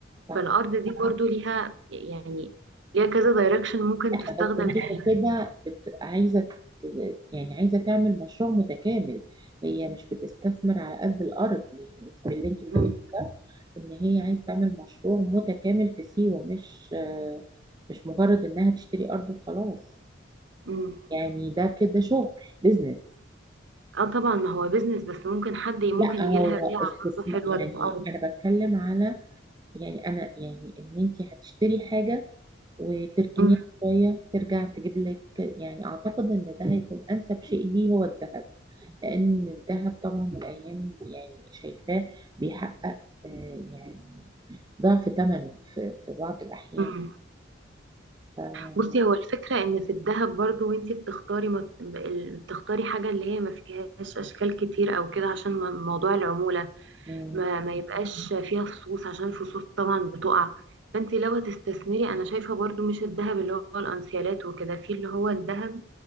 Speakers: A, on the right (about 20°); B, on the right (about 70°).
A: صح
B: فالأرض دي برضو ليها يعني ليها كذا دايركشن ممكن
A: لا
B: تستخدم
A: بس هي
B: فيه
A: كده بت... عايزه ت- يعني عايزه تعمل مشروع متكامل هي مش بتستثمر على قد الارض يعني في اللي انت بتقوليه
B: مم.
A: ده ان هي عايزه تعمل مشروع متكامل في سيوه مش آه، مش مجرد انها تشتري ارض وخلاص
B: مم.
A: يعني ده كده شغل بزنس
B: اه طبعا ما هو بيزنس بس ممكن حد ممكن
A: لا
B: يجيلها
A: هو
B: بيعة
A: استثمار
B: برضو حلوة
A: يعني
B: للأرض
A: انا بتكلم على يعني انا يعني ان انت هتشتري حاجه وتركنيه
B: مم.
A: شوية ترجع تجيب لك يعني أعتقد إن ده هيكون أنسب شيء ليه هو الذهب لأن الذهب طبعا الأيام دي يعني شايفاه بيحقق آه، يعني ضعف ثمنه في في بعض الأحيان
B: مم.
A: ف
B: بصي هو الفكرة ان في الذهب برضو وانتي بتختاري ما ال- بتختاري حاجة اللي هي ما فيهاش اشكال كتير او كده عشان م- موضوع العمولة
A: مم.
B: ما, ما يبقاش فيها فصوص عشان الفصوص طبعا بتقع فانتي لو هتستثمري انا شايفة برضو مش الذهب اللي هو الانسيالات وكده في اللي هو الذهب